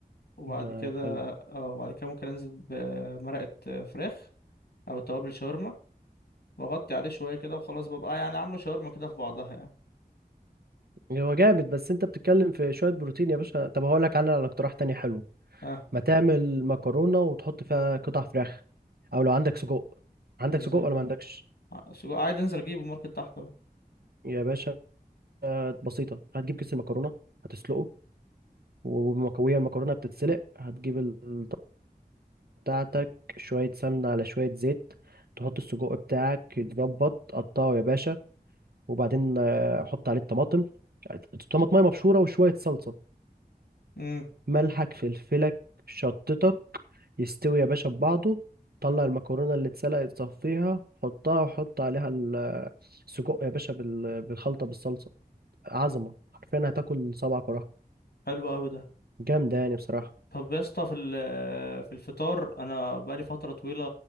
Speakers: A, on the left; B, on the right.
A: وبعد
B: ما
A: كده
B: حلو
A: اه بعد كده ممكن انزل بمرقه فراخ او توابل شاورما واغطي عليه شويه كده وخلاص ببقى يعني عامله شاورما كده في بعضها يعني
B: هو جامد بس انت بتتكلم في شوية بروتين يا باشا طب هقول لك على على اقتراح تاني حلو
A: اه
B: ما تعمل مكرونة وتحط فيها قطع فراخ او لو عندك سجق عندك
A: ازاي
B: سجق ولا
A: بقى
B: ما عندكش
A: ع- عادي انزل اجيبه ماركت تحت اهو
B: يا باشا بسيطة هتجيب كيس المكرونة هتسلقه ومك- وهي المكرونة بتتسلق هتجيب الطاسة بتاعتك شوية سمنة على شوية زيت تحط السجق بتاعك يتظبط قطعه يا باشا وبعدين آه، حط عليه الطماطم طماطمية مبشورة وشوية صلصة
A: امم
B: ملحك فلفلك شطتك يستوي يا باشا ببعضه طلع المكرونة اللي اتسلقت صفيها حطها وحط عليها ال- السجق يا باشا بال- بالخلطة بالصلصة عظمة حرفيا هتاكل صبعك وراها
A: حلو قوي ده
B: جامدة يعني بصراحة
A: طب يا اسطى في ال- في الفطار انا بقالي فتره طويله